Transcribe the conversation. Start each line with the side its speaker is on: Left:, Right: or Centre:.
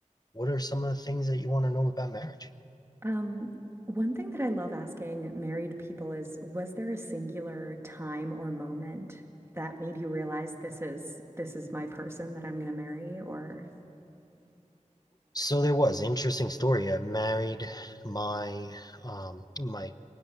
Left: what are some of the things that you want to know about marriage?
Right: Um, one thing that I love asking married people is, was there a singular time or moment that made you realize this is this is my person that I'm gonna marry? Or
Left: So there was interesting story. I married my um my